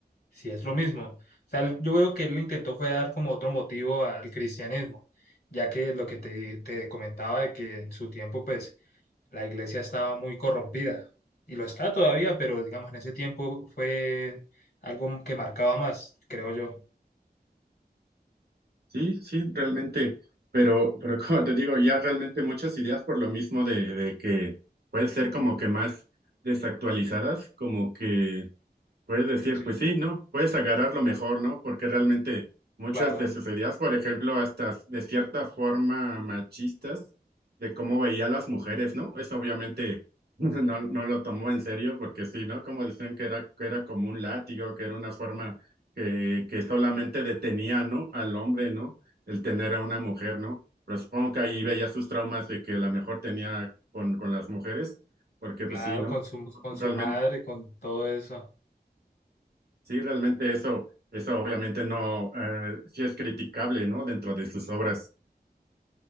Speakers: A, on the left; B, on the right.
A: Sí, es lo mismo. O sea, él- yo veo que él intentó fue dar como otro motivo al cristianismo, ya que lo que te, te comentaba de que en su tiempo, pues, la iglesia estaba muy corrompida, y lo está todavía, pero digamos, en ese tiempo fue algo que marcaba más, creo yo.
B: Sí, sí, realmente, pero, pero <laughs> como te digo, ya realmente muchas ideas por lo mismo de, de que pueden ser como que más desactualizadas, como que Puedes decir,
A: Sí,
B: pues sí, ¿no? Puedes agarrar lo mejor, ¿no? Porque realmente muchas
A: claro,
B: de sus ideas, por ejemplo, hasta de cierta forma machistas, de cómo veía a las mujeres, ¿no? Eso obviamente <laughs> no, no lo tomó en serio, porque sí, ¿no? Como decían que era, que era como un látigo, que era una forma que, que solamente detenía, ¿no? Al hombre, ¿no? El tener a una mujer, ¿no? Pero supongo que ahí veía sus traumas de que la mejor tenía con, con las mujeres, porque
A: claro,
B: pues sí, ¿no?
A: con su, con
B: Realmente.
A: su madre, con todo eso.
B: Sí, realmente eso, eso obviamente no, eh, sí es criticable, ¿no? Dentro de sus obras.